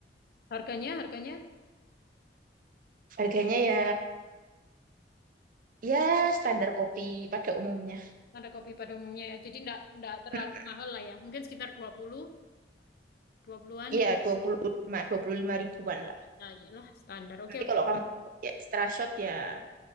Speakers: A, on the left; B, on the right.
A: Harganya, harganya
B: harganya ya ya standar kopi pada umumnya
A: ada kopi pada umumnya ya. Jadi ndak ndak terlalu
B: Hmm,
A: mahal lah ya. Mungkin sekitar 20, 20-an.
B: iya dua puluh lima dua puluh lima ribuan lah
A: Nah, iyalah standar. Oke,
B: nanti
A: oke.
B: kalau kamu kopi extra shot ya